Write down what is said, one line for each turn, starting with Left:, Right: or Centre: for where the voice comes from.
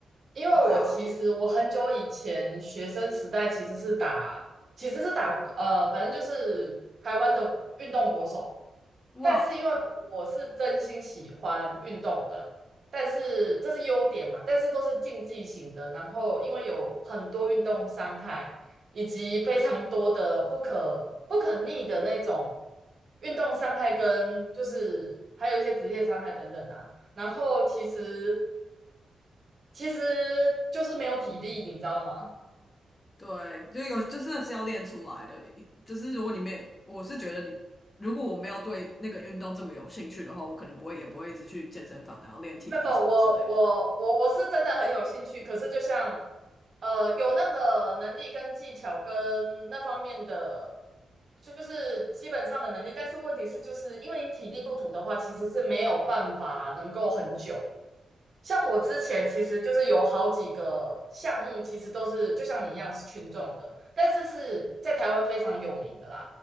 Right: 因为我其实我很久以前学生时代其实是打，
Left: 对啊，
Right: 其实是打呃，反正就是台湾的运动国手。
Left: 哇，
Right: 但是因为我是真心喜欢运动的，但是这是优点嘛，但是都是竞技型的。然后因为有很多运动伤害，以及非常多的不可不可逆的那种运动伤害，跟就是还有一些职业伤害等等的啊然后其实其实就是没有体力，你知道吗？
Left: 对，就有就真的是要练出来的，一就是如果你没也，我是觉得你如果我没有对那个运动这么有兴趣的话，我可能不会也不会一直去健身房然后练体力什么之类的。
Right: 不不，我我我我是真的很有兴趣，可是就像呃，有那个能力跟技巧跟那方面的，就是基本上的能力，但是问题是，就是因为你体力不足的话，其实是没有办法能够很久。像我之前其实就是有好几个项目，其实都是就像你一样是群众的，但是是在台湾非常有名的啦，